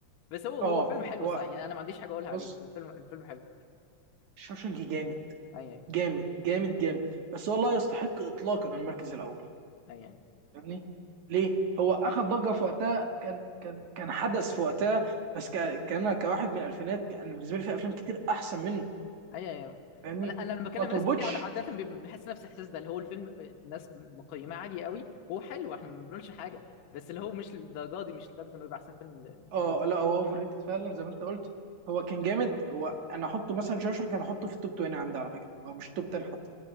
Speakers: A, on the left (about 80°); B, on the right (about 65°).
A: بس هو
B: اه
A: هو الفيلم حلو
B: هو
A: صح يعني انا ما عنديش حاجه اقولها عليه
B: بص
A: الفيلم الفيلم حلو
B: شوشنك جامد
A: اي اي
B: جامد جامد جامد بس هو لا يستحق اطلاقا المركز الاول
A: اي اي
B: فاهمني ليه هو اخذ ضجه في وقتها كان كان كان حدث في وقتها بس ك... كان كواحد من الالفينات كان بالنسبه لي في افلام كتير احسن منه
A: ايوه ايوه
B: فاهمني
A: انا انا لما بكلم
B: ما تربطش
A: ناس كتير عاد- عاده بيبقى بحس نفس الاحساس ده اللي هو الفيلم الناس مقيماه عاليه قوي هو حلو احنا ما بنقولش حاجه بس اللي هو مش للدرجه دي مش لدرجه انه يبقى احسن فيلم
B: اه
A: للدرجة
B: لا هو اوفر ريتد فعلا زي ما انت قلت هو كان جامد هو انا احطه مثلا شوشنك انا احطه في التوب 20 عندي على فكره هو مش
A: دي.
B: التوب 10 حتى